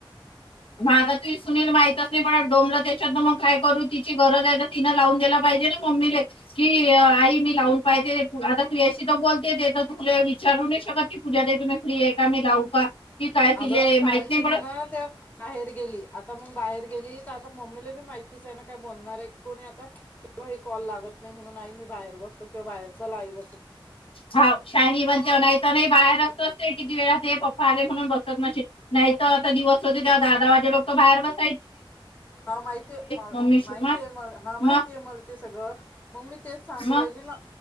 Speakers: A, on the left; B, on the left.
A: माझा तु सुनील माहित असे डोमलं त्याच्यात मग काय करू तिची गरज आहे तर तिने लावून दयला पाहिजे ना मम्मीला की आई मी लावून पाहिजे तुला तुझ्याशी तर बोलते ते तर चुकले विचारने पूजा तुम्ही फ्री आहे का मी लाऊ का की काय तिले
B: अगं काल
A: माहित नाही
B: तिने
A: पडत
B: ना त्या बाहेर गेली आता मग बाहेर गेली आता मम्मीलाी माहितीच आहे ना काय बोलणार आहे कोणी आता कॉल लागत नाही म्हणून आई मी बाहेर बसते किंवा बाहेर चला बसतो
A: हा शायनी बनते नाही तर बाहेर असत असते किती वेळा ते पप्पा आले बस नाही तर आता दिवस होते तेव्हा दहा दाहा वाजेपर्यंत लोक बाहेर बसत
B: हा माहिती आहे म
A: मम्मी
B: माहिती
A: मग
B: आहे मला हा माहिती
A: मग
B: आहे मला ते सगळं मग मी तेच सांगू
A: मग
B: राहिली ना,